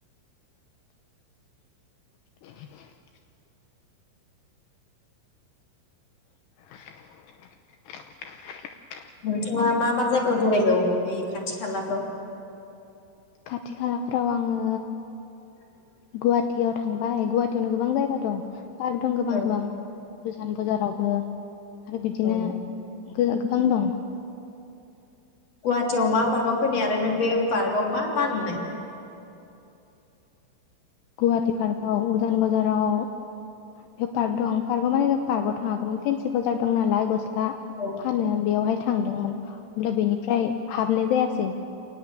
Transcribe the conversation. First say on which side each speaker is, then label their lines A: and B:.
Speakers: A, on the left (about 80°); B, on the left (about 35°).
A: <unintelligible> <unintelligible>
B: नोंथाङा मा मा जायगायाव बेरायगौ ओइ खाथि खालाफ्राव?
A: खाथि खालाफ्राव आङो
B: <unintelligible>
A: गुवाहाटियाव थांबाय। गुवाहाटियावनो गोबां जायगा दं। पार्क दं गोबां
B: औ
A: गोबां उजान बाजारावबो आरो बिदिनो
B: औ
A: <unintelligible>
B: गुवाहाटियाव मा पार्कआव फैनाय आरो नों बे पार्कआव मा मा नुनाय?
A: गुवाहाटि पार्काव उजान बाजाराव बेयाव पार्क दं पार्काव माने जों पार्काव थाङाखैमोन फेनसि बाजार दं नालाय गस्ला दा
B: औ
A: फानो बेयावहाय थांदोंमोन। अब्ला बेनिफ्राय हाबनाय जाया सै